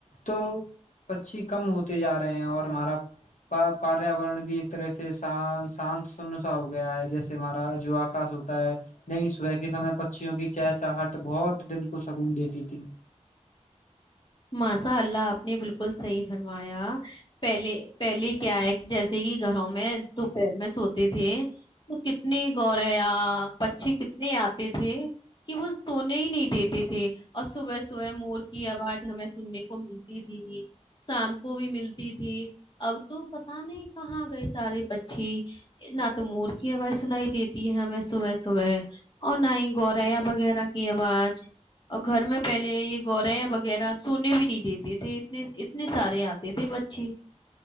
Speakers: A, on the left; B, on the left.
A: تو پھیی کم ہوتے جا رہے رہے ہیں اور ہمارا پیاورن بھی ایک طرح سے شانت سنسا ہو گیا ہے جیسے ہمارا جو آکاش ہوتا ہے نہیں صبح کے سمے پچیوں کی چہ چاہٹ بہت دل کو سگون دیتی تھی
B: ماسا اللہ آپ نے بالکل صحیح فرمایا پہلے پہلے کیا ہے جیسے کہ گھروں میں دوپہر میں سوتی تھی تو کتنی گور پچھی کتنی آتی تھی کہ وہ سونے ہی نہیں دیتے تھے اور صبح صبح مور کی آواز ہمیں سننے کو ملتی تھی شام کو بھی ملتی تھی اب تو پتا نہیں کہاں گئے سارے پچھی نہ تو مور کی آواز سنائی دیتی ہے ہمیں صبح صبح اور نہ ہی گوریا وغیرہ کی آواز اور گھر میں پہلے یہ گوریا وغیرہ سونے بھی نہیں دیتے تھے اتنے اتنے سارے آتے تھے بچے